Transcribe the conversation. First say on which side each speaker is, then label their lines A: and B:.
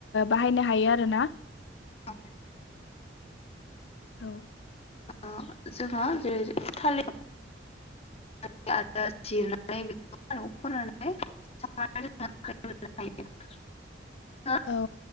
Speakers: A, on the left; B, on the left.
A: बाहायनो हायो आरो ना
B: अ <unintelligible>
A: औ
B: ओ जोङो जेरै थालिर <unintelligible> जिरनानै बेखौ फोरनानै <unintelligible> <inaudible>
A: औ